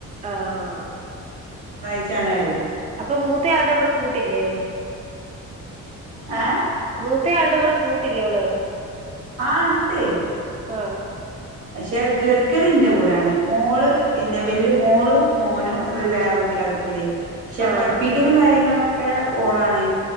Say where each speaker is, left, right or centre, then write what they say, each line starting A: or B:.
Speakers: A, on the right; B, on the right.
A: ആഹ്.....
B: ച്ചണറയും..
A: അപ്പൊ മൂത്തയാളുടെ കൂട്ടില്ലേ......
B: ഏ.....
A: മൂത്തയാളുടെ കൂടെ കൂട്ടില്ലേോള്
B: ആഹ് ഇണ്ട്
A: ആ...
B: പക്ഷെ കെടക്കൽന്റെ കൂടൊണ് മോള് പിന്നെ വല്യ മോളും മോനും ഒരു വേറ.... കേട്കൽ..... പക്ഷെ
A: ആഹ്
B: പഠിപ്പിക്കലും കാര്യങ്ങളൊക്കെ ഓളാണ്